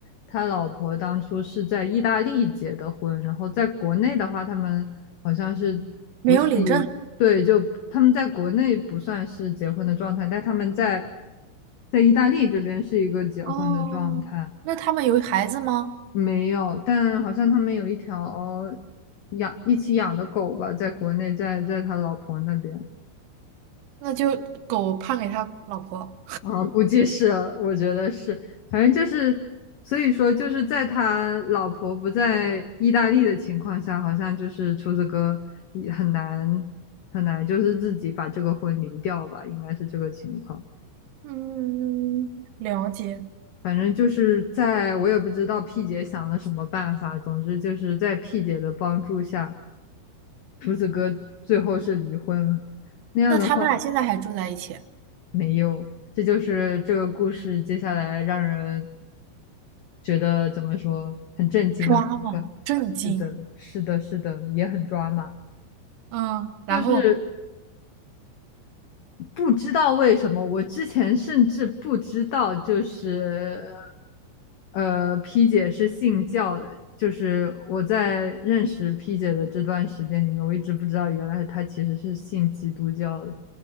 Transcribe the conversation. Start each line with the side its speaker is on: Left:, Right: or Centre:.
Left: 他老婆当初是在意大利结的婚，然后在国内的话，他们好像是不是一
Right: 没有领证。
Left: 对，就他们在国内不算是结婚的状态，但他们在在意大利这边是一个结婚的状态。
Right: 哦，那他们有孩子吗？
Left: 没有，但好像他们有一条养一起养的狗吧，在国内，在在他老婆那边
Right: 那就狗判给他老婆。
Left: 啊，估计是，我觉得是，反正就是，所以说就是在他老婆不在意大利的情况下，好像就是厨子哥也很难很难，就是自己把这个婚离掉吧，应该是这个情况。
Right: 嗯，了解。
Left: 反正就是在我也不知道 P 姐想了什么办法，总之就是在 P 姐的帮助下。胡子哥最后是离婚了，那样的话
Right: 那他们俩现在还住在一起？
Left: 没有，这就是这个故事接下来让人觉得怎么说很震惊的部分。
Right: 抓嘛，震惊！
Left: 是的，是的，是的，也很抓马。
Right: 嗯，然后
Left: 就是不知道为什么，我之前甚至不知道，就是呃，P 姐是信教的。就是我在认识 P 姐的这段时间里面，我一直不知道原来她其实是信基督教的。